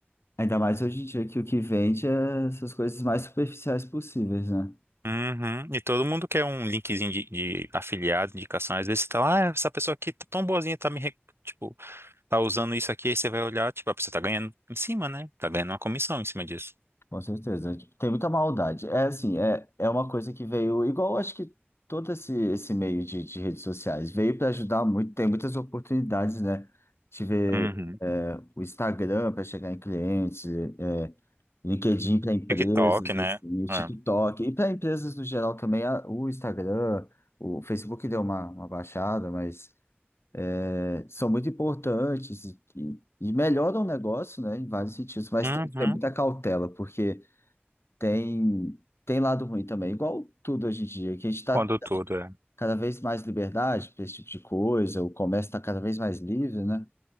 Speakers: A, on the left; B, on the right.
A: Ainda mais hoje em dia que o que vende é essas coisas mais superficiais possíveis, né?
B: Uhum. E todo mundo quer um linkzinho de, de afiliado, indicação. Às vezes você tá lá, ah, essa pessoa aqui tá tão boazinha, tá me, re- tipo, tá usando isso aqui, aí você vai olhar, tipo, a pessoa tá ganhando em cima, né? Tá ganhando uma comissão em cima disso.
A: Com certeza. Tipo, Tem muita maldade. É assim, é, é uma coisa que veio, igual acho que todo esse, esse meio de, de redes sociais, veio para ajudar muito, tem muitas oportunidades, né? De
B: Uhum.
A: é, o Instagram para chegar em clientes, é, LinkedIn para empresas,
B: TikTok, né?
A: assim, o TikTok,
B: É.
A: e para empresas no geral também, a- o Instagram, o Facebook deu uma, uma baixada, mas. É, são muito importantes e, e- e melhoram o negócio, né, em vários sentidos, mas
B: Uhum.
A: tem que ter muita cautela, porque tem, tem lado ruim também, igual tudo hoje em dia, que a gente está
B: Quando tudo é.
A: cada vez mais liberdade para esse tipo de coisa, o comércio está cada vez mais livre, né?